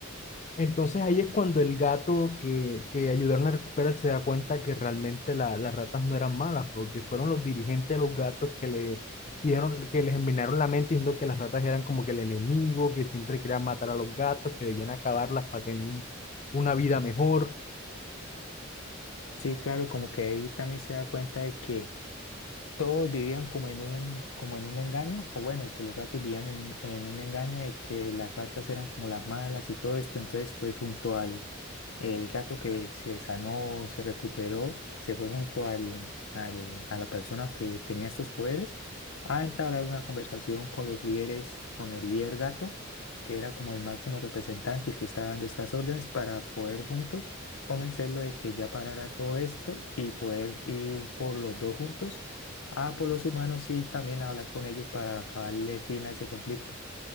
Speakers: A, on the left; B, on the left.
A: Entonces ahí es cuando el gato que, que ayudaron a recuperar se da cuenta que realmente la- las ratas no eran malas, porque fueron los dirigentes de los gatos que le dieron, que les envenenaron la mente diciendo que las ratas eran como que el enemigo, que siempre querían matar a los gatos, que debían acabarlas para tener un- una vida mejor.
B: Sí, claro, como que ahí también se da cuenta de que todos vivían como en un, como en un engaño, o bueno, de que los gatos vivían en, en un engaño de que las ratas eran como las malas y todo esto. Entonces, pues junto al el gato que se sanó, se recuperó, se fue junto al, al- a la persona que tenía estos poderes a entablar una conversación con los líderes, con el líder gato, que era como el máximo representante y que estaba dando estas órdenes para poder juntos convencerlo de que ya parara todo esto y poder ir por los dos juntos a por los humanos y también hablar con ellos para acabarle fin a ese conflicto.